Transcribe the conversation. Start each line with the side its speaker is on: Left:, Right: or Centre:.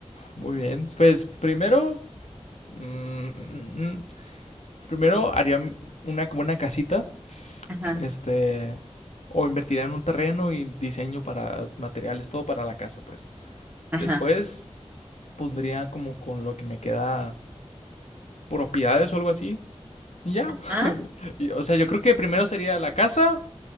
Left: Muy bien. Pues primero, mm, mm, mm, mm, primero haría una buena casita
Right: Ajá,
Left: Este, o invertiría en un terreno y diseño para materiales, todo para la casa, pues.
Right: ajá.
Left: Después pondría como con lo que me queda propiedades o algo así. Y ya.
Right: Ah,
Left: <laughs> Y, o sea, yo creo que primero sería la casa,